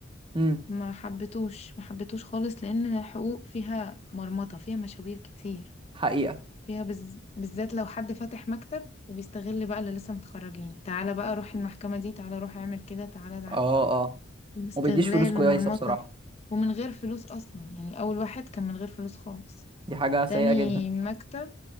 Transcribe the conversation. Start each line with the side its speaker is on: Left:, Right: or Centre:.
Right: امم
Left: ما حبيتوش ما حبيتوش خالص لان الحقوق فيها مرمطة فيها مشاوير كتير
Right: حقيقة
Left: فيها بز... بالذات لو حد فاتح مكتب وبيستغل بقى اللي لسه متخرجين تعالى بقى روح المحكمة دي تعالى روح اعمل كده تعالى تعالى
Right: اه اه
Left: استغلال
Right: وبيديش فلوس كويسة
Left: ومرمطة
Right: بصراحة
Left: ومن غير فلوس اصلا يعني اول واحد كان من غير فلوس خالص
Right: دي حاجة سيئة
Left: تاني
Right: جدا
Left: مكتب